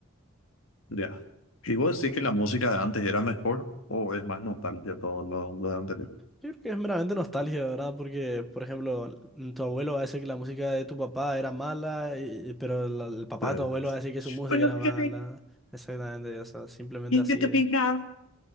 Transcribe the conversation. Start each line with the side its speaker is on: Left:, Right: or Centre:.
Left: Ya. ¿Y vos decís que la música de antes era mejor o es más nostalgia todo lo, lo de anterior?
Centre: Yo creo que es meramente nostalgia, ¿verdad? Porque, por ejemplo, l- tu abuelo va a decir que la música de tu papá era mala, y- y- pero la- el papá
Left: Eh,
Centre: de tu abuelo va a decir que su música
Left: Bueno,
Centre: era mala.
Left: yo
Centre: Exactamente, o sea, simplemente
Left: y
Centre: así.
Left: yo te
Centre: es.
Left: pintaba.